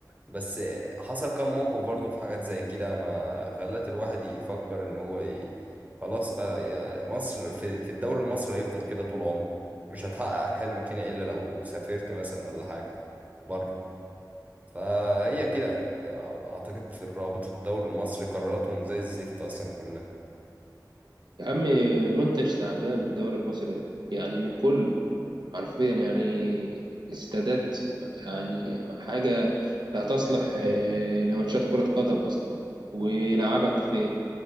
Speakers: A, on the right (about 20°); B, on the right (about 75°).
A: بس حصل كام موقف برضه في حاجات زي كده ما خلت الواحد يفكر ان هو ي... خلاص بقى يا مصر في, في الدوري المصري هيفضل كده طول عمره مش هتحقق حلمك هنا الا لو سافرت مثلا ولا حاجه بره فهي كده اعتقد في رابطه الدوري المصري قراراتهم زي الزفت اصلا كلها
B: يا عم منتج تعبان الدوري المصري ده يعني من كله حرفيا يعني استادات يعني حاجة لا تصلح آه، لماتشات كرة قدم أصلا ويلعبك في